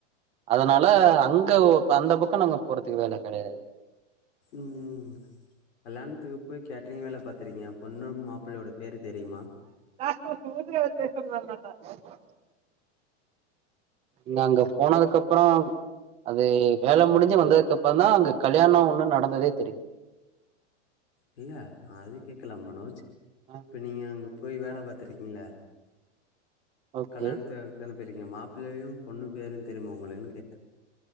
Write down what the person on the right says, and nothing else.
அதுனால அங்க அந்த பக்கோ நாங்க போறதுகு வேல கேடையாது
காஸ்டோ சூதிர <unintelligible> ல்ல அங்க போனதுக்கு அப்றோ அது வேல முடிஞ்சு வந்ததுகு அப்றோ தா அங்க கல்யாணோ ஒன்னு நடந்ததே தெரியு
ஆ
ஆ
ஓகே